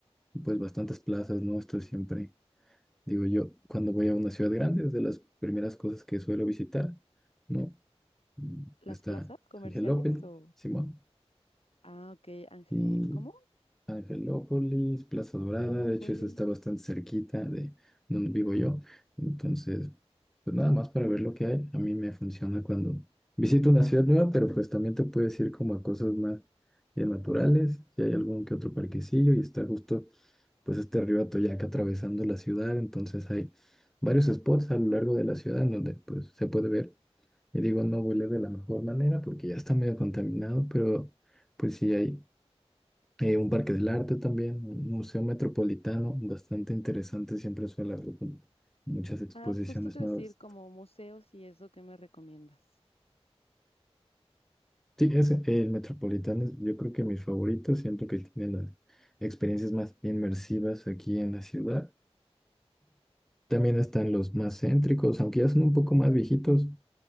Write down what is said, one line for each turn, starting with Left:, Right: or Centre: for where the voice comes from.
Centre: Pues bastantes plazas, ¿no? Esto siempre, digo yo, cuando voy a una ciudad grande, es de las primeras cosas que suelo visitar, ¿no? Mm,
Left: las
Centre: Está
Left: plazas comerciales
Centre: Ángel López,
Left: o...
Centre: Simón.
Left: Ah, ok, Ángel,
Centre: y
Left: ¿cómo?
Centre: Angelópolis, Plaza
Left: Angelópolis.
Centre: Dorada, de hecho eso está bastante cerquita de donde vivo yo, entonces pues nada más para ver lo que hay, a mí me funciona cuando visito una ciudad nueva, pero pues también te puedes ir como a cosas más ya naturales, si hay algún que otro parquecillo y está justo pues este río Atoyac atravesando la ciudad, entonces hay varios spots a lo largo de la ciudad en donde pues se puede ver, y digo no huele de la mejor manera porque ya está medio contaminado, pero pues sí hay eh, un parque del arte también, un museo metropolitano, bastante interesante, siempre suele haber muchas exposiciones
Left: Ah, justo te voy
Centre: nuevas.
Left: a decir como museos y eso, ¿qué me recomiendas?
Centre: Sí, ese, el metropolitano es yo creo que mi favorito, siento que tiene las experiencias más inmersivas aquí en la ciudad. También están los más céntricos, aunque ya son un poco más viejitos,